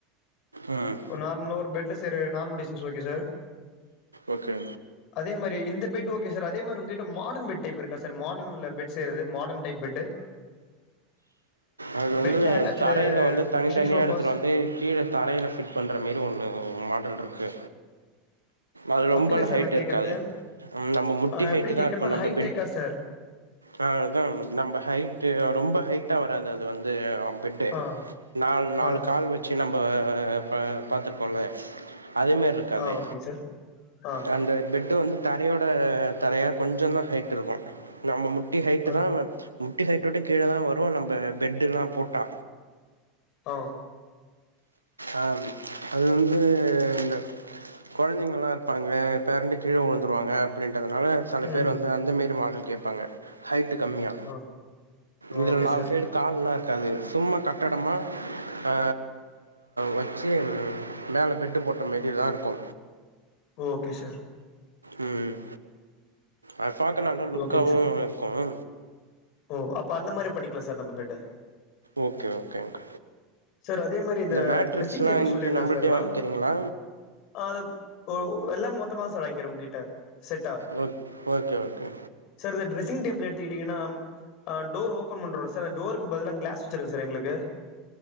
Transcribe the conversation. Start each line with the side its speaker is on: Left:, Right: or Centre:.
Right: ம்
Left: நார்மலா ஒரு பெட்ல செய்யுற normal designs okay sir
Right: okay
Left: அதே மாதிரி இந்த பெட்டு ஓகே சார் அதே மாரி உங்கிட்ட மாடன் பெட் டைப் இருக்கா சார் மாடர்ன்லா பெட் செய்யுறது மாடர்ன் டைப் பெட்டு
Right: அது வந்து
Left: பெட்ல அட்டாச்டு
Right: தரையில வந்து தனி
Left: குஷன்
Right: தனியா
Left: சோஃபாஸ்
Right: எடுத்துட்டு வந்து கீழ தரையில ஃபிட் பண்ற மாரி ஒன்னு மாடல் இருக்கு அது ரொம்பலா
Left: அப்டி இல்ல சார்
Right: ஹைட்
Left: நா கேக்குறது
Right: இருக்காது நம்ம முட்டி
Left: ஆ
Right: ஹைட்
Left: எப்டி கேக்குறேன்னா
Right: தா இருக்கு நம்ம
Left: ஹைடெக்கா
Right: பெட்
Left: சார்
Right: ஆ அதா நம்ப ஹைட் ரொம்ப ஹைட்டா வராது அது வந்து பெட்
Left: ஆ
Right: நாலு நாலு
Left: ஆ
Right: கால் வச்சு வச்சு நம்ப இப்ப பாத்திருக்கோல அதேமாரி இருக் தவே
Left: ஆ ஓகேங்க சார் ஆ
Right: அந்த பெட் வந்து தரையோட தரையா கொஞ்ச தா ஹைட் இருக்கு நம்ம முட்டி ஹைட்டு
Left: ஆ
Right: தா முட்டி ஹைட்ட விட கீழதா வரு நம்ம பெட்டு்ல்லா போட்டா
Left: ஆ
Right: ஆ அது வந்து இந்த கொழந்தைங்கல்லா இருப்பாங்கல பேரண்டு கீழ விழுந்துருவாங்க அப்படின்றதுனால சில பேர்
Left: ம்
Right: வந்து அந்த மாரி மாடல் கேட்பாங்க ஹைட்டு கம்மியா
Left: ஆ ஆ
Right: இதுல
Left: ஓகே
Right: நாலு
Left: சார்
Right: சைடு கால்லா இருக்காது சும்மா கட்டடமா ஆ வச்சு மேல பெட்டு போட்ட மாரில இருக்கு
Left: ஓகே சார்
Right: ம் அது பாக்க நல்லா லுக்காவும்
Left: ஓகேங்க சார்
Right: இருக்கும்
Left: ஓ அப்ப அந்த மாரி பண்ணிக்கலா சார் நம்ப பெட்ட
Right: ஓகே ஓகேங்க
Left: சார் அதே மாரி இந்த
Right: மேட்ரிக்ஸ்லா
Left: ட்ரெஸ்ஸிங் டேபிள்
Right: இங்க
Left: சொல்லியிருந்த
Right: நம்மள்ட்டயே
Left: சார்
Right: வாங்கிக்கிறீங்களா
Left: நா ஆ அது ஓ எல்லாம் மொத்த சார் வாங்கிக்கிற உங்க கிட்ட செட்டா
Right: ஓ ஓகே ஓகே
Left: சார் இந்த டிரெஸ்ஸிங் டேபிள் எடுத்துட்டிங்கன்னா டோர் ஓப்பன் பண்ணறோல்ல சார் அந் டோருக்கு பதிலா கிளாஸ் வச்சுருங்க சார் எங்களுக்கு